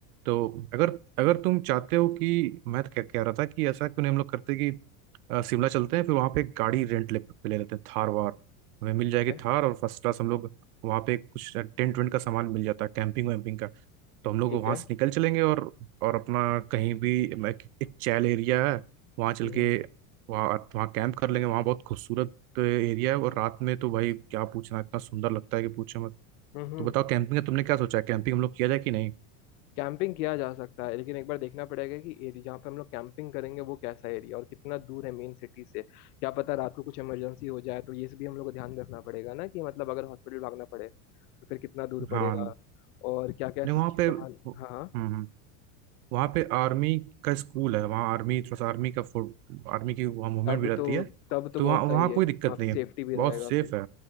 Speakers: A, on the right (about 85°); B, on the left (about 85°).
A: तो अगर अगर तुम चाहते हो कि मैं तो क्या कह रहा था कि ऐसा क्यों नहीं हम लोग करते कि अ, शिमला चलते हैं फिर वहाँ पे एक गाड़ी रेंट ले, पे ले लेते हैं थार वार हमें मिल
B: ठीक
A: जाएगी
B: है
A: थार और फर्स्ट क्लास हम लोग वहाँ पे कुछ टेंट वेंट का सामान मिल जाता है कैंपिंग वैम्पिंग का तो हम लोग
B: ठीक
A: वहाँ
B: है
A: से निकल चलेंगे और और अपना कहीं भी मैं- एक चैल एरिया है वहाँ चल
B: हम्म
A: के वहाँ आप वहाँ कैंप कर लेंगे वहाँ बहुत खूबसूरत एरिया है और रात में तो भाई क्या पूछना इतना सुंदर लगता है कि पूछो मत
B: हम्म
A: तो बताओ कैंपिंग का तुमने क्या सोचा है कैंपिंग हम लोग किया जाए कि नहीं
B: कैंपिंग किया जा सकता है लेकिन एक बार देखना पड़ेगा कि एरिया जहाँ पे हम लोग कैंपिंग करेंगे वो कैसा एरिया और कितना दूर है मेन सिटी से क्या पता रात को कुछ इमरजेंसी हो जाए तो ये सब भी हम लोग को ध्यान में रखना पड़ेगा ना कि मतलब अगर हॉस्पिटल भागना पड़े तो फिर कितना दूर पड़ेगा
A: हाँ
B: और क्या क्या
A: नहीं
B: सामान
A: वहाँ पे हम्म
B: हाँ हाँ,
A: हम्म, वहाँ पे आर्मी का स्कूल है वहाँ आर्मी थोड़ा सा आर्मी का फो- आर्मी की वहाँ मूवमेंट
B: तब
A: भी रहती
B: तो
A: है
B: तब तो
A: तो
B: बहुत
A: वहाँ वहाँ
B: सही है
A: कोई
B: वहाँ
A: दिक्कत
B: पे
A: नहीं
B: सेफ्टी
A: है
B: भी
A: बहुत
B: रहेगा
A: सेफ
B: फिर
A: है